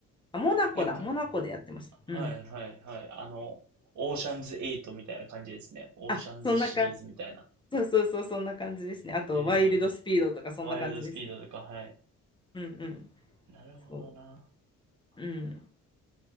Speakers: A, on the left; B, on the right.
A: あ、モナコだ。
B: なんか、
A: モナコでやってました。
B: はいはいはい。
A: うん。
B: あの、オーシャンズ8みたいな感じですね。オーシャンズシリーズみたいな。
A: あ、そんな感じ。そうそうそう、そんな感じですね。あと、
B: え
A: ワイルドスピードとか、そんな感じですね。
B: ー、ワイルドスピードとか、はい。
A: うんうん。
B: なるほどな。
A: そう。うん。